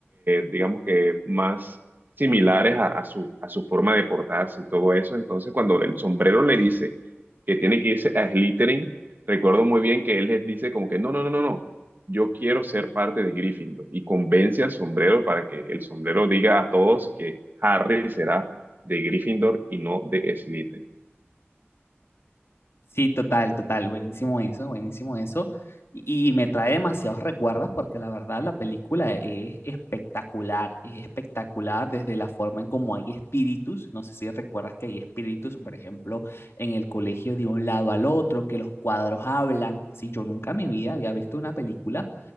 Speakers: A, on the right (about 45°); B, on the left (about 70°).
A: digamos que más similares a, a su, a su forma de portarse y todo eso. Entonces, cuando el sombrero le dice que tiene que irse a Slytherin, recuerdo muy bien que él les dice como que no, no, no, no, no yo quiero ser parte de Gryffindor y convence al sombrero para que el sombrero diga a todos que Harry será de Gryffindor y no de Slytherin.
B: Sí, total, total, buenísimo eso, buenísimo eso. Y, y me trae demasiados recuerdos porque la verdad la película es espectacular, es espectacular desde la forma en cómo hay espíritus, no sé si recuerdas que hay espíritus, por ejemplo, en el colegio de un lado al otro, que los cuadros hablan, sí, yo nunca en mi vida había visto una película